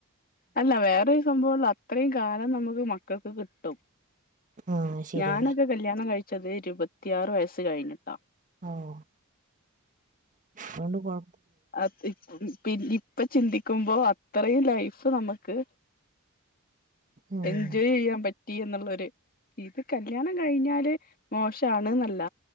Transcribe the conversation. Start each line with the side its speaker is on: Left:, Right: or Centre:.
Left: അല്ല വേറെ സംഭവ അത്രയും കാലം നമുക്ക് മക്കൾക്ക് കിട്ടും
Right: ആഹ് ശരിയാണ്
Left: ഞാന കല്യാണം കഴിച്ചത് ഇരുപത്തിയാറ് വയസ്സ് കഴിഞ്ഞിട്ടാ.
Right: ഓഹ് അതുകൊണ്ട് കൊഴ
Left: അത് <unintelligible> പിന്ന ഇപ്പൊ ചിന്തിക്കുമ്പോ അത്രയും ലൈഫ് നമ്മക്ക്
Right: ഉം
Left: എൻജോയ് ചെയ്യാൻ പറ്റി എന്നുള്ള ഒരു ഇത് കല്യ ണം കഴിഞ്ഞാല് മോശാണ്ന്നല്ല.